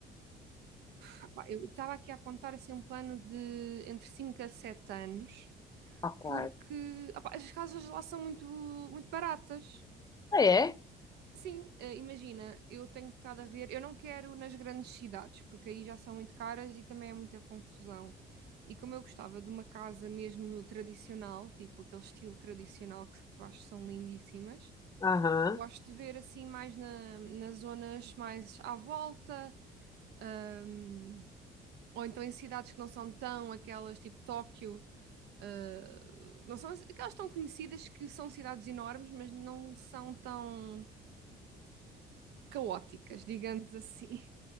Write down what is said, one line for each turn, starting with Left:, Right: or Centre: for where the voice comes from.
Right: Rapá, Eu estava aqui a apontar assim um plano de entre 5 a 7 anos,
Left: Ok.
Right: porque opá, as casas lá são muito, muito baratas.
Left: Ah, é?
Right: Sim, eh, imagina, eu tenho estado a ver, eu não quero nas grandes cidades, porque aí já são muito caras e também é muita confusão. E como eu gostava de uma casa mesmo tradicional, tipo aquele estilo tradicional que, que eu acho que são lindíssimas,
Left: Aham.
Right: gosto de ver assim mais na, nas zonas mais à volta, ahm, ou então em cidades que não são tão aquelas tipo Tóquio, ah, não são as- aquelas tão conhecidas que são cidades enormes, mas não são tão caóticas, digamos assim.